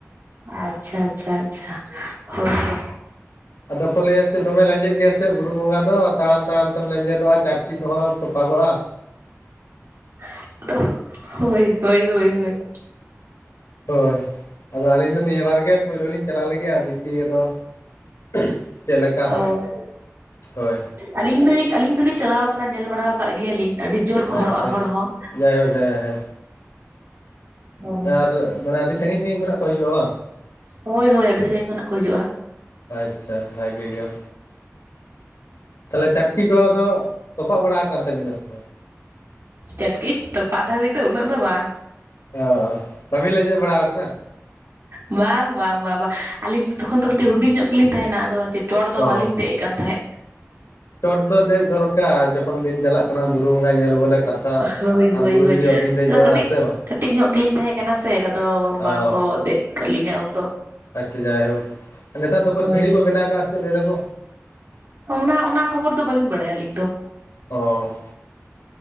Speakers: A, on the right (about 55°); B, on the left (about 85°).
A: ᱟᱪᱪᱷᱟ ᱟᱪᱪᱷᱟ ᱟᱪᱪᱷᱟ ᱦᱳᱭ ᱛᱚ
B: ᱟᱫᱚ ᱠᱚ ᱞᱟᱹᱭᱟ ᱥᱮ ᱫᱚᱢᱮ ᱞᱮᱸᱡᱮᱫ ᱜᱮᱭᱟ ᱥᱮ ᱵᱩᱨᱩ ᱵᱚᱸᱜᱟ ᱫᱚ ᱛᱟᱲᱟᱢ ᱛᱟᱲᱟᱢ ᱛᱮᱢ ᱞᱮᱸᱡᱮᱫᱚᱜᱼᱟ ᱪᱟᱴᱠᱤ ᱠᱚᱦᱚᱸ ᱛᱚᱯᱟᱜᱚᱜᱼᱟ
A: <unintelligible> ᱦᱳᱭ ᱦᱳᱭ ᱦᱳᱭ ᱦᱳᱭ᱾
B: ᱦᱳᱭ ᱟᱫᱚ ᱟᱹᱞᱤᱧ ᱫᱚ ᱱᱤᱭᱟᱹ ᱵᱟᱨ ᱜᱮ ᱯᱳᱭᱞᱳ ᱞᱤᱧ ᱪᱟᱞᱟᱜ ᱞᱟᱹᱜᱤᱜᱼᱟ ᱫᱮᱠᱷᱤ ᱟᱫᱚ <unintelligible> <unintelligible> ᱪᱮᱜ ᱞᱮᱠᱟ ᱦᱟᱸᱜ
A: ᱚ
B: ᱦᱳᱭ <unintelligible>
A: ᱟᱹᱞᱤᱧ ᱫᱚᱞᱤᱧ ᱟᱹᱞᱤᱧ ᱫᱚᱞᱤᱧ ᱪᱟᱞᱟᱣ ᱟᱠᱟᱱᱟ ᱧᱮᱞ ᱵᱟᱲᱟᱣ ᱠᱟᱜ ᱜᱮᱭᱟᱞᱤᱧ ᱟᱹᱰᱤ <unintelligible> <unintelligible> ᱡᱳᱨ ᱠᱚ
B: ᱟᱪᱪᱷᱟ
A: ᱦᱚᱲᱚᱜᱼᱟ ᱦᱚᱲ ᱦᱚᱸ᱾
B: ᱡᱟᱭᱦᱳᱠ ᱦᱮᱸ ᱦᱮᱸ
A: ᱦᱳᱭ
B: ᱟᱨ ᱢᱟᱱᱮ ᱟᱹᱰᱤ ᱥᱟᱺᱜᱤᱧ ᱥᱟᱺᱜᱤᱧ ᱠᱷᱚᱱᱟᱜ ᱠᱚ ᱦᱤᱡᱩᱜᱼᱟ ᱵᱟᱝ?
A: ᱦᱳᱭ ᱦᱳᱭ ᱟᱹᱰᱤ ᱥᱟᱺᱜᱤᱧ ᱠᱷᱚᱱᱟᱜ ᱠᱚ ᱦᱤᱡᱩᱜᱼᱟ᱾
B: ᱟᱪᱷᱟ ᱵᱷᱟᱹᱜᱤ ᱜᱮᱭᱟᱢ ᱛᱟᱦᱞᱮ ᱪᱟᱴᱠᱤ ᱠᱚ ᱟᱫᱚ ᱛᱚᱯᱟᱟᱜ ᱵᱟᱲᱟ ᱣᱟᱠᱟᱱ ᱛᱟᱵᱤᱱᱟ ᱥᱮ ᱵᱟᱝ?
A: ᱪᱟᱹᱴᱠᱤ ᱛᱚᱯᱟᱜ ᱫᱷᱟᱹᱵᱤᱡ ᱫᱚ ᱩᱱᱟᱹᱜ ᱫᱚ ᱵᱟᱝ᱾
B: ᱚ, ᱚ ᱠᱟᱹᱢᱤ ᱞᱮᱸᱡᱮᱫ ᱵᱟᱲᱟ ᱟᱠᱟᱱᱟ
A: ᱵᱟᱝ ᱵᱟᱝ ᱵᱟᱝ ᱵᱟᱝ ᱟᱹᱞᱤᱧ ᱛᱚᱠᱷᱚᱱ ᱫᱚ ᱠᱟᱹᱴᱤᱡ ᱦᱩᱰᱤᱧ ᱧᱚᱜ ᱜᱮᱞᱤᱧ ᱛᱟᱦᱮᱱᱟ ᱟᱫᱚ ᱪᱮᱛ ᱪᱚᱴ ᱫᱚ
B: ᱚ
A: ᱵᱟᱞᱤᱧ ᱫᱮᱡ ᱠᱟᱱ ᱛᱟᱦᱮᱸᱫ
B: ᱪᱚᱴ ᱫᱚ ᱫᱮᱡ ᱫᱚᱨᱠᱟᱨ ᱡᱚᱠᱷᱚᱱ ᱵᱤᱱ ᱪᱟᱞᱟᱜ ᱠᱟᱱᱟ ᱵᱩᱨᱩ ᱵᱚᱸᱜᱟ ᱧᱮᱞ ᱵᱚᱞᱮ ᱠᱟᱛᱷᱟ
A: ᱦᱳᱭ
B: ᱟᱨ
A: ᱦᱳᱭ
B: ᱵᱩᱨᱩ ᱡᱩᱫᱤ
A: ᱦᱳᱭ
B: ᱵᱟᱹᱵᱤᱱ ᱫᱮᱡᱚᱜᱼᱟ
A: ᱟᱫᱚ ᱠᱟᱹᱴᱤᱡ
B: ᱦᱮᱸ ᱥᱮ ᱵᱟᱝ
A: ᱠᱟᱹᱴᱤᱡ ᱧᱚᱜ ᱜᱮᱞᱤᱧ ᱛᱟᱦᱮᱸ ᱠᱟᱱᱟ ᱥᱮ ᱟᱫᱚ
B: ᱚ
A: ᱵᱟᱝᱠᱚ ᱫᱮᱡ ᱠᱟᱫ ᱞᱤᱧᱟᱹ ᱩᱱᱫᱚ
B: ᱟᱪᱪᱷᱟ ᱡᱟᱭᱦᱳᱠ ᱟᱨ ᱱᱮᱛᱟᱨ ᱫᱚᱠᱚ
A: ᱦᱳᱭ
B: ᱥᱤᱬᱤ ᱠᱚ ᱵᱮᱱᱟᱣ ᱟᱠᱟᱫᱼᱟ ᱥᱮ ᱪᱮᱫ ᱞᱟᱹᱭ ᱫᱟᱠᱚ
A: ᱚᱱᱟ ᱚᱱᱟ ᱠᱷᱚᱵᱚᱨ ᱫᱚ ᱵᱟᱟᱹᱞᱤᱧ ᱵᱟᱲᱟᱭᱟ ᱟᱹᱞᱤᱧ ᱫᱚ
B: ᱚ